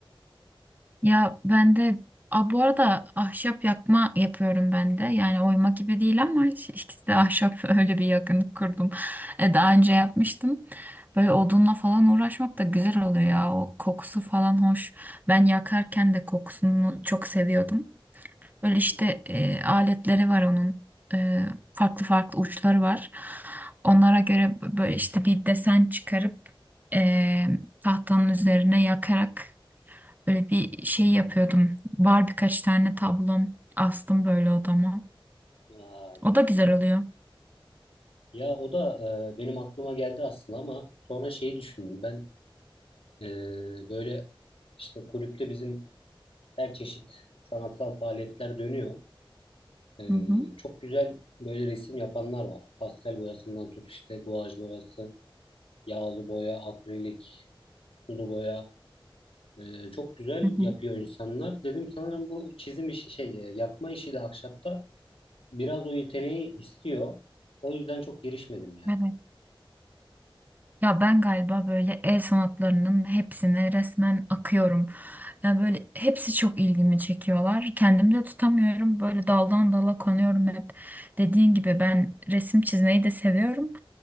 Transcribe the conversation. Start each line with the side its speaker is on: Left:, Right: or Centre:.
Right: ya ben de Aa, bu arada ahşap yakma yapıyorum ben de. Yani oyma gibi değil ama iş- ikisi de ahşap <laughs> öyle bir yakınlık kurdum. E, daha önce yapmıştım. Böyle odunla falan uğraşmak da güzel oluyor ya. O kokusu falan hoş. Ben yakarken de kokusunu çok seviyordum. Böyle
Left: Hı
Right: işte
Left: hı.
Right: e, aletleri var onun. E, farklı farklı uçları var. Onlara göre böyle işte bir desen çıkarıp e, tahtanın üzerine yakarak böyle bir şey yapıyordum. Var birkaç tane tablom astım böyle odama.
Left: Vay.
Right: O da güzel oluyor.
Left: Ya o da e, benim aklıma geldi aslında ama sonra şeyi düşündüm. Ben e, böyle işte kulüpte bizim her çeşit sanatsal faaliyetler dönüyor. E,
Right: Hı hı.
Left: çok güzel böyle resim yapanlar var. Pastel boyasından tut işte guaj boyası, yağlı boya, akrilik, sulu boya. E, çok güzel
Right: Hı hı.
Left: yapıyor insanlar. Dedim sanırım bu çizim işi şey e, yakma işi de ahşapta biraz o yeteneği istiyor. O yüzden çok girişmedim ya.
Right: Evet. Ya ben galiba böyle el sanatlarının hepsine resmen akıyorum. Ya böyle hepsi çok ilgimi çekiyorlar. Kendimi de tutamıyorum. Böyle daldan dala konuyorum hep. Dediğin gibi ben resim çizmeyi de seviyorum.